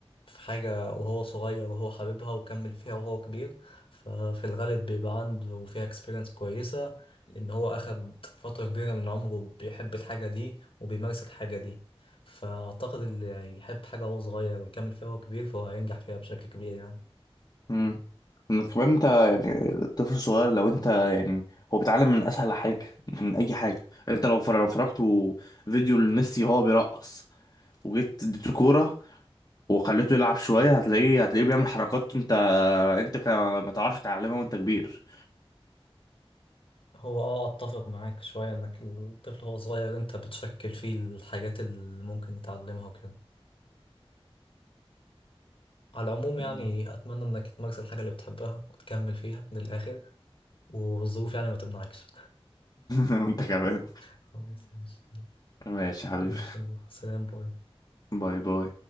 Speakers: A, on the left; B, on the left.
A: في حاجة وهو صغير وهو حاببها وكمل فيها وهو كبير ففي الغالب بيبقى عنده فيها اكسبيرينس كويسة لأن هو أخد فترة كبيرة من عمره بيحب الحاجة دي وبيمارس الحاجة دي فأعتقد اللي يحب حاجة وهو صغير ويكمل فيها وهو كبير فهو هينجح فيها بشكل كبير يعني
B: امم انك كمان انت يعني الطفل الصغير لو انت يعني هو بيتعلم من اسهل حاجه من اي حاجه انت لو فر- فرجته فيديو لميسي هو بيرقص وجيت اديته كوره وخليته يلعب شويه هتلاقيه هتلاقيه بيعمل حركات انت انت كا- ما تعرفش تعلمها وانت كبير
A: هو اه اتفق معاك شوية انك الطفل وهو صغير انت بتشكل فيه الحاجات اللي ممكن يتعلمها وكده على العموم
B: <laughs>
A: يعني اتمنى انك تمارس الحاجة اللي بتحبها وتكمل فيها للآخر والظروف يعني ما تمنعكش
B: وانت كمان
A: خلاص ماشي
B: ماشي يا حبيبي
A: ماشي، يلا سلام باي
B: باي باي